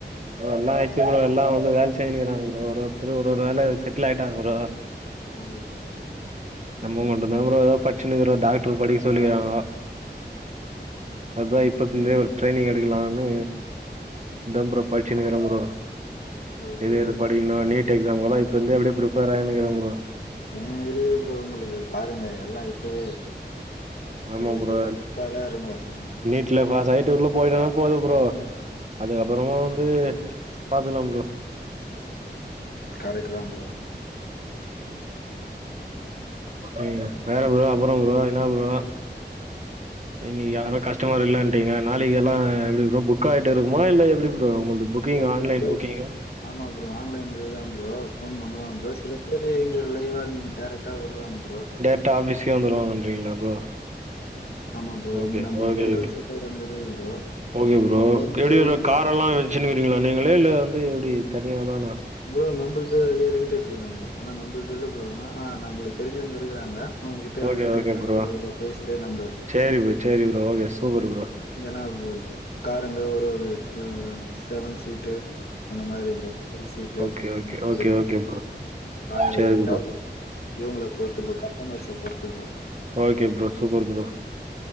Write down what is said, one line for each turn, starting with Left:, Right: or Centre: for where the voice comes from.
Right: ப்ரோ எல்லா ஆயிடுச்சு ப்ரோ எல்லா வந்து வேலை செஞ்சின்னு இருக்கிறாங்க ப்ரோ ஒரு ஒருத்தரு ஒரு ஒரு வேலை செட்டில் ஆயிட்டாங்க ப்ரோ
Left: ஓக்கே ஓக்கே ப்ரோ
Right: நம்ம மட்டுந்தா ப்ரோ ஏதோ பச்சுனுயிருக்கறோ டாக்டர் படிக்க சொல்லிக்கிறாங்க அத்தா இப்பத்துல இருந்தே ஒரு ட்ரெயனிங் எடுக்கலான்னு இந்தே ப்ரோ படிச்சினுயிருக்குறே ப்ரோ
Left: ப்ரோ ஓகே
Right: எது
Left: ஓகே
Right: எது படிக்கணு நா நீட் எக்ஸாம்க்குல்லா இப்பயிருந்தே அப்டியே பிரிப்பர் ஆயினுயிருக்குறே ப்ரோ
Left: இன்னும் இருக்கு ப்ரோ உங்களுக்கு பாருங்க எல்லா இப்பவே நல்லா
Right: ஆமா ப்ரோ
Left: எல்லா பிரிப்பேரா இருங்க அ
Right: நீட்ல பாஸ் ஆயிட்டு உள்ள போயிட்டன்னா போதும் ப்ரோ அதுக்கப்பறமா வந்து பாத்துக்கலா ப்ரோ
Left: கரக்ட்டு தா ப்ரோ
Right: ம் மேல ப்ரோ அப்புறம் ப்ரோ என்னா ப்ரோ இன்னைக்கு யாரும் கஸ்டமர் இல்லன் உட்டிங்க நாளைக்கு எல்லா எப்டி ப்ரோ புக் ஆயிட்டு இருக்கும்மா இல்ல எப்டி ப்ரோ உங்குள்து புக்கிங்கு
Left: இல்ல ப்ரோ
Right: ஆன்லைன்
Left: அதா
Right: புக்கிங்கா
Left: ஆமா ப்ரோ ஆன்லைன் இதுதா ப்ரோ ஃபோன் பண்ணுவாங்க ப்ரோ சில பேரு இங்க லைவ் அண்ட் டேரக்டா வருவாங்க ப்ரோ
Right: டேரக்டா ஆபிஸ்கே வந்துரு வாங்கன்றீங்ளா ப்ரோ
Left: ஆமா ப்ரோ
Right: ஓக்கே
Left: இங்க நம்மளது
Right: ஓக்கே
Left: என்ட்ரன்ஸ்ல
Right: ஓக்கே
Left: ஒன்னு இருக்கு ப்ரோ
Right: ஓக்கே ப்ரோ
Left: இங்க வந்து
Right: எப்டி ப்ரோ
Left: வந்து
Right: கார் எல்லா வச்சுனுயிருகீங்ளா நீங்களே இல்ல வந்து எப்டி தனியா தானா
Left: ப்ரோ நம்பள்து அதே ரெண்ட் எடுத்துக்கலா ப்ரோ ஆனா நம்புள்து இல்ல ப்ரோ ஆனா ஆ நம்பளுக்கு தெரிஞ்சவங்க இருக்கறாங்க அவுங்ககிட்ட
Right: ஓகே
Left: ரெண்ட்
Right: ஓகே
Left: நம்புள்து
Right: ப்ரோ
Left: இவ்ளோ பேசிட்டு நம்ப
Right: சேரி ப்ரோ சேரி ப்ரோ‌ ஓக்கே சூப்பர் ப்ரோ
Left: ஏன்னா இது காருங்க ஒரு ஒரு ஒ செவன் சீட்டு அந்த மாதிரி ப்ரோ ஃபை சீட்டு
Right: ஓகே ஓகே
Left: அந்த மாதிரி
Right: ஓகே
Left: ப்ரோ
Right: ஓகே
Left: காரு
Right: சேரி
Left: எப்டியாது
Right: ப்ரோ
Left: இவங்கள பொறுத்து ப்ரோ கஸ்டமர்ஸ பொறுத்து bro
Right: okay bro super bro